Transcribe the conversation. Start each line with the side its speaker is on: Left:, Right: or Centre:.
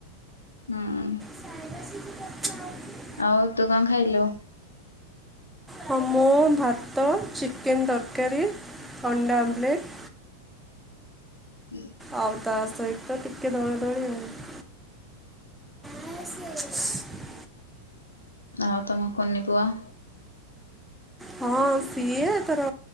Left: ହୁଁ ଉଁ।
Centre: <unintelligible>
Left: ଆଉ ତୁ କଣ ଖାଇଲୁ?
Centre: ହଁ ମୁଁ ଭାତ, ଚିକେନ ତରକାରୀ, ଅଣ୍ଡା ଆମ୍ବଲେଟ୍।
Left: ହୁଁ।
Centre: ଆଉ ତା ସହିତ ଟିକେ ଦଳା ଦଳି ଆଉ। ହଁ ସିଏ। <unintelligible>
Left: ଆଉ ତମ କୁନିି ପୁଅ?
Centre: ହଁ ସିଏ ତାର